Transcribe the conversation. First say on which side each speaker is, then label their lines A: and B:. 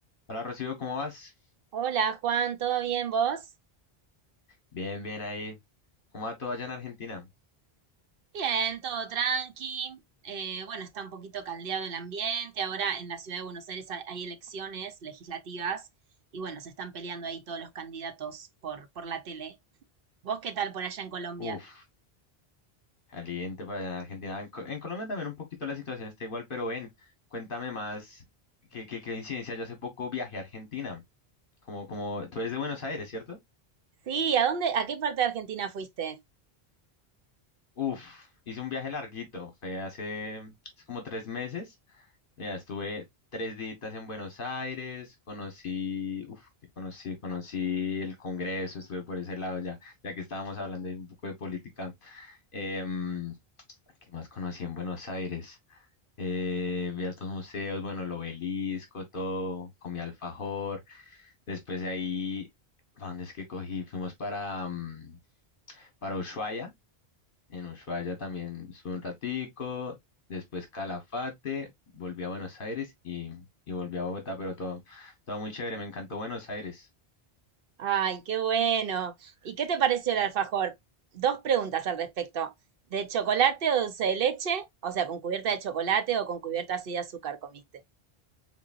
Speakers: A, on the left (about 60°); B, on the right (about 65°).
A: Hola Rocío, ¿cómo vas?
B: Hola Juan, ¿todo bien vos?
A: Bien, bien ahí. ¿Cómo va todo allá en Argentina?
B: Bien, todo tranqui. Eh, bueno, está un poquito caldeado el ambiente. Ahora en la ciudad de Buenos Aires hay, hay elecciones legislativas y bueno, se están peleando ahí todos los candidatos por, por la tele. ¿Vos qué tal por allá en Colombia?
A: Uf, caliente por allá en Argentina. En, Co- en Colombia también un poquito la situación está igual, pero ven, cuéntame más. ¿Qué, qué, qué coincidencia? Yo hace poco viajé a Argentina. Como, como tú eres de Buenos Aires, ¿cierto?
B: Sí, ¿a dónde, a qué parte de Argentina fuiste?
A: Uf, hice un viaje larguito. Fue hace, hace como tres meses. Mira, estuve tres días en Buenos Aires. Conocí, uf, que conocí, conocí el Congreso. Estuve por ese lado ya, ya que estábamos hablando ahí un poco de política. Em, ¿qué más conocí en Buenos Aires? Eh, vi altos museos, bueno, el obelisco, todo, comí alfajor. Después de ahí, ¿pa' ¿dónde es que cogí? Fuimos para, mm, para Ushuaia. En Ushuaia también estuve un ratico. Después Calafate, volví a Buenos Aires y, y volví a Bogotá, pero todo, todo muy chévere. Me encantó Buenos Aires.
B: Ay, qué bueno. ¿Y qué te pareció el alfajor? Dos preguntas al respecto. ¿De chocolate o dulce de leche? O sea, ¿con cubierta de chocolate o con cubierta así de azúcar comiste?